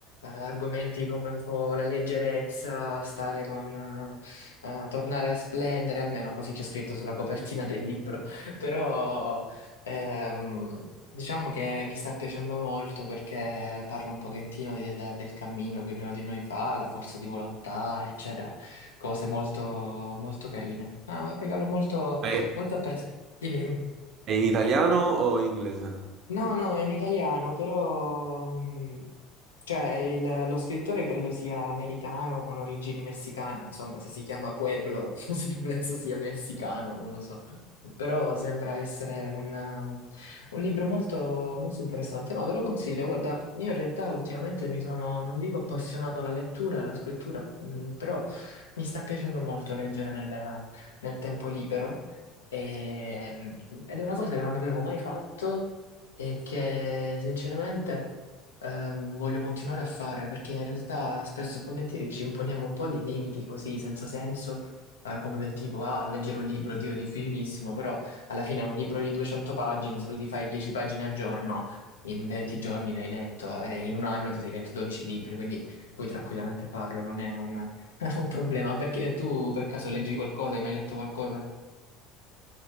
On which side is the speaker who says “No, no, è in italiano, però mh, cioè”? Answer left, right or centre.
Left